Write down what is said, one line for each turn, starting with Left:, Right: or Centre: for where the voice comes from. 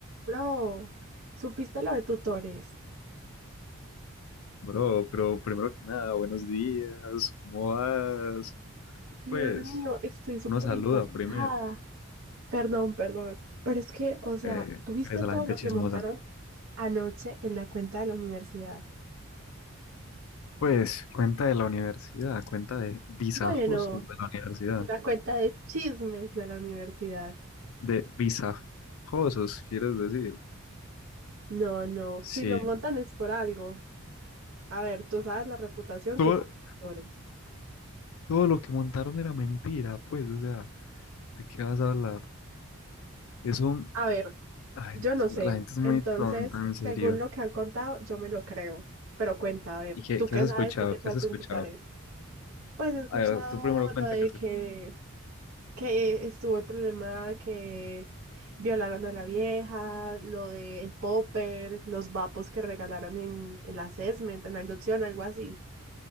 Right: Bro, ¿supiste lo de tutores?
Left: Bro, pero primero que nada, buenos días, ¿cómo vas?
Right: Dios
Left: Pues,
Right: mío, estoy súper
Left: uno saluda
Right: impactada.
Left: primero,
Right: Perdón, perdón, pero es que, o sea,
Left: eh,
Right: ¿tuviste
Left: es a
Right: todo
Left: la gente
Right: lo
Left: chismosa.
Right: que montaron anoche en la cuenta de la universidad?
Left: Pues, cuenta de la universidad, cuenta de visajosos
Right: Bueno,
Left: de la universidad,
Right: en la cuenta de chismes de la universidad.
Left: de visajosos, quieres decir.
Right: No, no,
Left: Sí,
Right: si lo montan es por algo. A ver, tú sabes la reputación
Left: todo,
Right: que tienen tutores.
Left: todo lo que montaron era mentira, pues, o sea, ¿de qué vas a hablar? Eso,
Right: A ver,
Left: ay,
Right: yo no sé.
Left: la la gente es muy
Right: Entonces,
Left: tonta, en
Right: según
Left: serio.
Right: lo que han contado, yo me lo creo. Pero cuenta, a ver,
Left: ¿Y qué,
Right: ¿tú
Left: qué
Right: qué
Left: has escuchado?
Right: sabes? ¿Tú qué
Left: ¿Qué
Right: sabes
Left: has escuchado?
Right: en tutores? Pues he escuchado
Left: A ver, tú primero cuenta
Right: lo de
Left: que
Right: que, que estuvo el problema que violaron a la vieja, lo de el popper, los vapos que regalaron en, en la assessment, en la inducción, algo así,